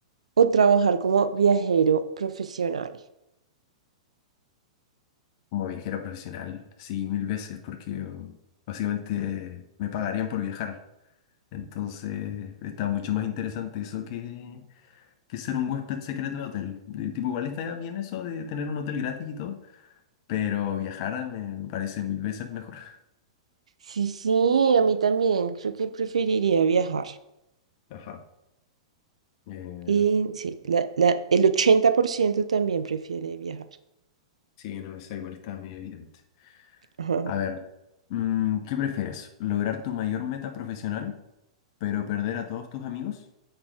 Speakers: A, on the right; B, on the left.
A: o trabajar como viajero profesional?
B: Como viajero profesional, sí, mil veces, porque uh, básicamente me pagarían por viajar. Entonces está mucho más interesante eso que, que ser un huésped secreto de hotel. De tipo, igual está bien eso de tener un hotel gratis y todo, pero viajar me parece mil veces mejor.
A: Sí, sí, a mí también. Creo que preferiría viajar.
B: Ajá. Eh,
A: Y sí, la, la- el ochenta por ciento también prefiere viajar.
B: sí, no, esa igual está muy evidente.
A: <laughs> Ajá.
B: A ver, mm, ¿qué prefieres? ¿Lograr tu mayor meta profesional, pero perder a todos tus amigos?